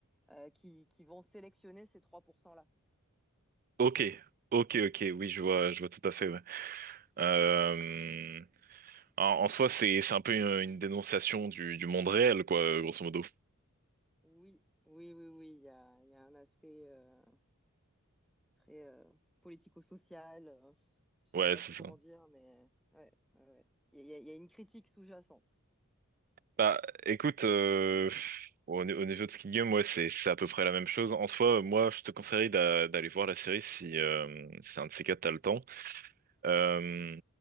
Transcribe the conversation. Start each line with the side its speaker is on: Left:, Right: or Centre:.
Centre: euh, qui, qui vont sélectionner ces 3%-là.
Right: Ok, ok, ok, oui, je vois, je vois tout à fait. ouais. Euh, en, en soi, c'est c'est un peu une, une dénonciation du, du monde réel, quoi, grosso modo.
Centre: Oui, oui, oui, oui, il y a, il y a un aspect... euh, très euh, politico-social. euh, je saurais
Right: Ouais,
Centre: pas
Right: c'est
Centre: trop comment
Right: ça.
Centre: dire, mais ouais, ouais, ouais. Il y a, il y a- il y a une critique sous-jacente.
Right: Bah, écoute, euh, au, au niveau de Squid Game, ouais, c'est c'est à peu près la même chose. En soi, moi, je te conseillerais d'a- d'aller voir la série si euh, c'est un de ces quatre, t'as le temps. Euh,